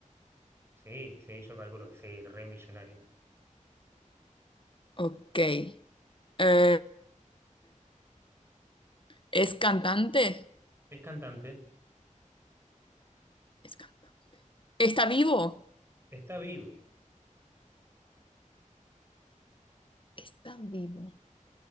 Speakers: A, on the right (about 20°); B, on the left (about 40°).
A: sí, sí, yo calculo que sí, re millonario.
B: ok. Eh, es cantante,
A: ¿Es cantante?
B: es cantante. ¿Está vivo?
A: ¿Está vivo?
B: Está vivo.